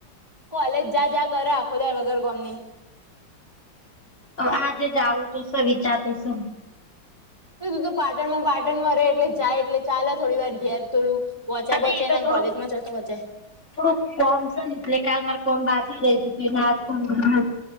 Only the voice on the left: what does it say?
અ આજે જાવું તો સે, વિચાર ત સે.
અલે
એ તો
થોડુંક
થોડુંક કોમ સે ન એટલે કાલ મારે કોમ બાજી રહી ગીતી, ને આજ કોમ ઘર